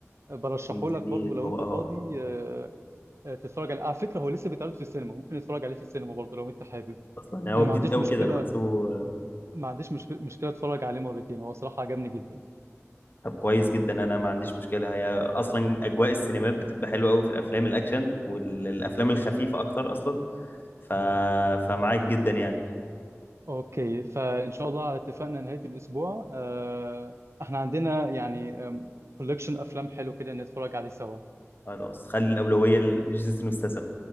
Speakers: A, on the right; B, on the left.
A: برشحه
B: جميل
A: لك برضو لو
B: هو
A: انت فاضي
B: اه
A: آه، آه، تتفرج عليه على فكره هو لسه بيتعرض في السينما ممكن تتفرج عليه في السينما برضو لو انت حابب
B: اصلا يعني هو
A: انا ما
B: جديد
A: عنديش
B: قوي
A: مشكله
B: كده انا بحسبه
A: ما عنديش مشكله مشكله اتفرج عليه مرتين هو صراحه عجبني جدا
B: طب كويس جدا انا ما عنديش مشكله هي اصلا اجواء السينمات بتبقى حلوه قوي في الافلام الاكشن والافلام الخفيفه اكتر اصلا ف... فمعاك جدا يعني
A: اوكي فان شاء الله على اتفاقنا نهايه الاسبوع آه، احنا عندنا يعني كولكشن افلام حلو كده نتفرج عليه سوا
B: خلاص خلي الاولويه لجيسون ستاثام